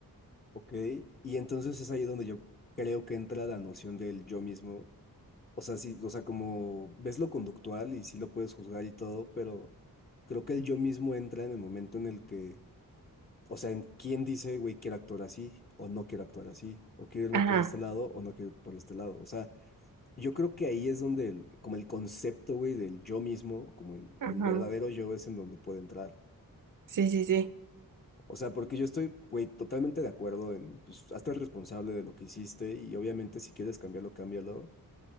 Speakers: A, on the left; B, on the right.
A: Ok, y entonces es ahí donde yo creo que entra la noción del yo mismo. O sea, sí, o sea, como ves lo conductual y sí lo puedes juzgar y todo, pero creo que el yo mismo entra en el momento en el que, o sea, en quién dice, güey, quiero actuar así o no quiero actuar así, o quiero irme
B: Ajá,
A: por este lado o no quiero ir por este lado. O sea, yo creo que ahí es donde el- como el concepto, güey, del yo mismo, como el,
B: ajá.
A: el verdadero yo es en donde puede entrar.
B: Sí, sí, sí.
A: O sea, porque yo estoy, güey, totalmente de acuerdo en, pues, hazte responsable de lo que hiciste y obviamente si quieres cambiarlo, cámbialo.